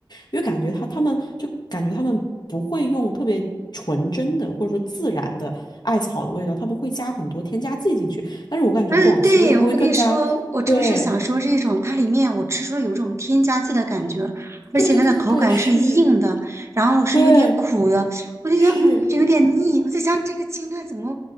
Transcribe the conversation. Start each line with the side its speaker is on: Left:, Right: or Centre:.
Left: 因为感觉它他们就感觉他们不会用特别纯真的或者说自然的艾草的味道，他们会加很多添加剂进去。但是我感觉广西的它会更加，
Right: 嗯，对，我跟你说，我正是想说这种，
Left: 对
Right: 它里面我吃出了有种添加剂的感觉，而且它的口感是硬的，
Left: 对对对对对，是
Right: 然后是有点苦的，
Left: 对
Right: 我就想，
Left: 是，
Right: 嗯，这有点腻。我在想这个青淡怎么